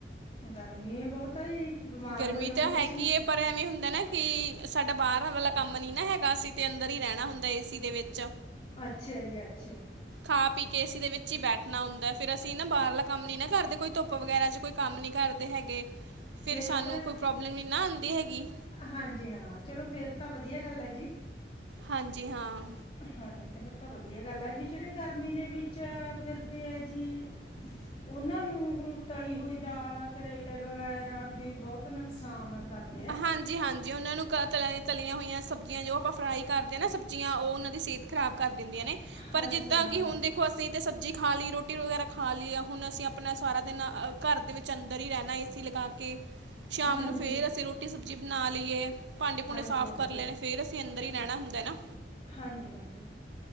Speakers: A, on the left; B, on the right.
A: ਗਰਮੀ ਹੀ ਬਹੁਤਾ ਜੀ। ਬਿਮਾਰ
B: ਗਰਮੀ
A: ਹੋ ਜਾਓਗੇ
B: ਤਾਂ
A: ਤੁਸੀਂ
B: ਹੈਗੀ ਹੈ ਪਰ ਐਵੇਂ ਹੁੰਦਾ ਨਾ ਕਿ ਸਾਡਾ ਬਾਹਰ ਵਾਲਾ ਕੰਮ ਨੀ ਨਾ ਹੈਗਾ ਅਸੀਂ ਤੇ ਅੰਦਰ ਹੀ ਰਹਿਣਾ ਹੁੰਦਾ ਏ ਸੀ ਦੇ ਵਿੱਚ।
A: ਅੱਛਾ ਜੀ ਅੱਛਾ।
B: ਖਾ ਪੀ ਕੇ ਅਂ ਦੇ ਵਿੱਚ ਹੀ ਬੈਠਣਾ ਹੁੰਦਾ ਫਿਰ ਅਸੀਂ ਨਾ ਬਾਹਰਲਾ ਕੰਮ ਨੀ ਨਾ ਕਰਦੇ ਕੋਈ ਧੁੱਪ ਵਗੈਰਾ ਚ ਕੋਈ ਕੰਮ ਨੀ ਕਾਰਦੇ ਹੈਗੇ। ਫਿਰ
A: ਫਰ
B: ਸਾਨੂੰ
A: ਤਾਂ
B: ਕੋਈ ਪ੍ਰੋਬਲਮ ਨਹੀਂ ਨਾ ਆਉਂਦੀ ਹੈਗੀ
A: ਹਾਂਜੀ ਹਾਂ ਚਲੋ ਫੇਰ ਤਾਂ ਵਧ ਵਧੀਆ ਗੱਲ ਹੈ ਜੀ।
B: ਹਾਂਜੀ ਹਾਂ।
A: ਹਾਂਜੀ ਤੇ ਫਿਰ ਤਾਂ ਵਧੀਆ ਗੱਲ ਹੈ ਵੀ ਜਿਹੜੇ ਗਰਮੀ ਦੇ ਵਿੱਚ ਫਿਰਦੇ ਹੈ ਜੀ ਉਹਨਾਂ ਨੂੰ ਤਲੀ ਹੋਈ ਦਾਲ ਕਰੇਲੇ ਵਗੈਰਾ ਵੀ ਬਹੁਤ ਨੁਕਸਾਨ ਕਰਦੇ ਆ
B: ਹਾਂਜੀ ਹਾਂਜੀ ਉਹਨਾਂ ਨੂੰ ਤਲੀਆਂ ਹੋਈਆਂ ਸਬ ਸਬਜ਼ੀਆਂ ਜੋ ਆਪਾਂ ਫਰਾਈ ਕਰਦੇ ਹਾਂ ਸਬਜ਼ੀਆਂ ਉਹਨਾਂ ਦੀ ਸਿਹਤ ਖਰਾਬ ਕਰ ਦਿੰਦੀਆਂ ਨੇ ਪਰ
A: ਹਾਂਜੀ
B: ਜਿੱਦਾਂ
A: ਹਾਂ
B: ਕਿ ਹੁਣ ਦੇਖੋ ਅਸੀਂ ਤੇ ਸਬਜ਼ੀ ਖਾ ਲਈ ਰੋਟੀ ਵਗੈਰਾ ਖਾ ਲਈ ਹੁਣ ਅਸੀਂ ਆਪਣਾ ਸਾਰਾ ਦਿਨ ਘਰ ਦੇ ਵਿੱਚ ਅੰਦਰ ਹੀ ਰਹਿਣਾ ਏ ਸੀ ਲਗਾ ਕੇ ਸ਼ਾਮ
A: ਹਾਂਜੀ
B: ਨੂੰ ਫੇਰ ਅਸੀਂ ਰੋਟੀ ਸਬਜ਼ੀ ਬਣਾ ਲਈਏ ਭਾਂਡੇ ਭੂੰਡੇ
A: ਹਾਂਜੀ
B: ਸਾਫ਼
A: ਹਾਂਜੀ
B: ਕਰ ਲੈਣੇ ਫੇਰ ਅਸੀਂ ਅੰਦਰ ਹੀ ਰਹਿਣਾ ਹੁੰਦਾ ਨਾ।
A: ਹਾਂਜੀ ਹਾਂਜੀ